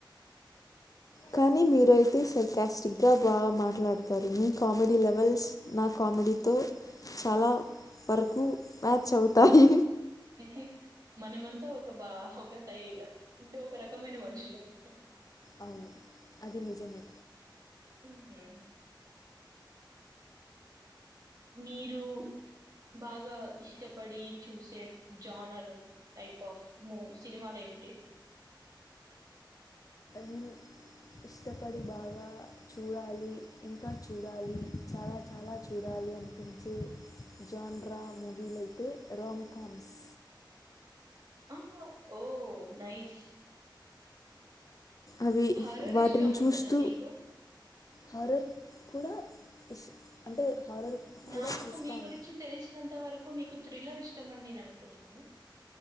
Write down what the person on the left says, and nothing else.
కానీ మీరయితే సర్కాస్టిక్ గా బాగా మాట్లాడతారు మీ కామెడీ లెవెల్స్ నాక్ కామెడీతో చాలా వరకు మ్యాచ్ అవుతాయి
అవును అది నిజమే
నేను ఇష్టపడి బాగా చూడాలి ఇంకా చూడాలి చాలా చాలా చూడాలి చూడలి అనిపించే జాన్రా మూవీలయితే రామ్కామ్స్
అవి
వాటిని
చూస్తూ
హారర్ కూడా ఇష్ అంటే హారర్ కూడా
చూస్తాను